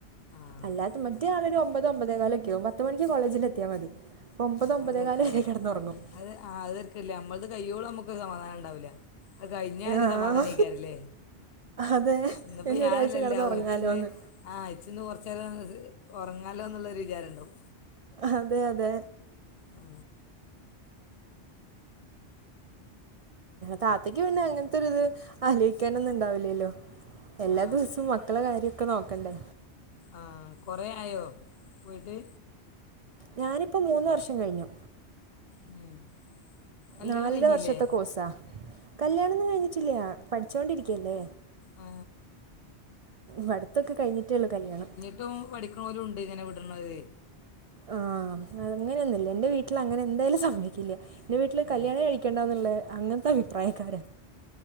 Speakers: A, on the left; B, on the right.
A: ആ
B: അല്ലാത്ത മറ്റേ ആളൊരു ഒമ്പത് ഒമ്പതെകാലൊക്കെയാവും പത്ത് മണിക്ക് കോളേജില് എത്തിയാ മതി. അപ്പോൾ ഒമ്പത് ഒമ്പതേകാലം
A: അത് തരക്കടില്ല
B: വരെ കിടന്നുറങ്ങും
A: അത് ആ അത് തര്ക്കടില്ല നമ്മൾത് കയ്യോളം നമ്മക്ക് സമാധാനണ്ടാവുല അത് കഴിഞ്ഞ ഒരു
B: ആ
A: സമാധാനെയ് ക്കാരല്ലേ
B: അതെ
A: ഇന്നിപ്പോ
B: ഇനി
A: ഞാനല്ലല്ലോ
B: ഒരാഴ്ച കിടന്ന് ഉറങ്ങാലോന്ന്
A: ഇച്ചിന്ന് ആഹ് ഇച്ചിന്ന് കുറച്ചേരം ഉറങ്ങാലോ ന്നൊള്ളൊരുവിചാര ണ്ടാവോ.
B: അതെ അതെ
A: ആ
B: താത്തക്ക് പിന്നെ അങ്ങൻത്തെരുത് ആലോയിക്കാനൊന്നുണ്ടാവില്ലല്ലോ എല്ലാ
A: ആ
B: ദിവസവും മക്കളെ കാര്യക്കെ നോക്കണ്ടേ..
A: ആഹ് കുറേ ആയോ പോയിട്ട്
B: ഞാനിപ്പോം മൂന്ന് വർഷം കഴിഞ്ഞു.
A: ഉം. കല്യാണം
B: നാലര
A: കഴിഞ്ഞില്ലേ
B: വർഷത്തെ കോഴ്സാ കല്യാണംന്ന് കഴിഞ്ഞിട്ടില്ല്യാ പഠിച്ചോണ്ടിരിക്കല്ലേ.
A: ആ
B: പടുത്തൊക്കെ കഴിഞ്ഞിട്ടേള്ളൂ കല്യാണം.
A: റ്റവും പഠിക്കണൊലുണ്ട് ഇങ്ങനെ വിടുന്നത്.
B: ആഹ് അങ്ങനെയൊന്നുല്ല എന്റെ വീട്ടിൽ അങ്ങനെ എന്തായാലും സംഭവിക്കില്ല. ന്റെ വീട്ടില്
A: ഏ,
B: കല്യാണെ കഴിക്കേണ്ടാ ന്നുള്ളേ അങ്ങനത്തെ അഭിപ്രായക്കാരാ.